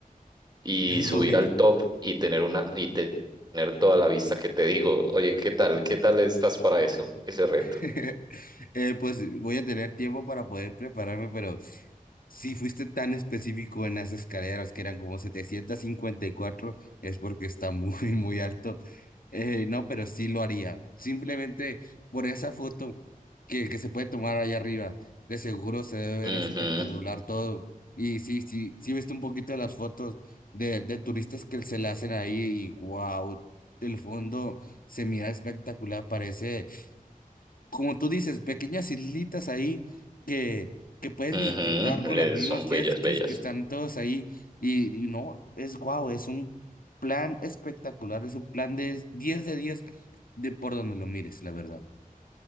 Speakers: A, on the right; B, on the left.
A: y
B: <laughs>
A: subir
B: Uy.
A: al top y tener una y te- tener toda la vista que te digo, oye, ¿qué tal? ¿Qué tal estás para eso? Ese reto.
B: <laughs> Eh, pues voy a tener tiempo para poder prepararme, pero si fuiste tan específico en las escaleras que eran como 754 es porque está muy, muy alto. Eh, no, pero sí lo haría. Simplemente por esa foto que, que se puede tomar allá arriba, de seguro se debe ver
A: Ujú,
B: espectacular todo. Y sí, sí, sí viste un poquito de las fotos de, de turistas que se la hacen ahí y wow, el fondo se mira espectacular, parece como tú dices, pequeñas islitas ahí que, que puedes
A: ujú,
B: visitar con
A: eh,
B: las mismas
A: Son
B: jet
A: bellas,
B: skis
A: bellas.
B: que están todos ahí. Y, y no, es guau, es un plan espectacular, es un plan de 10 de 10 de por donde lo mires, la verdad.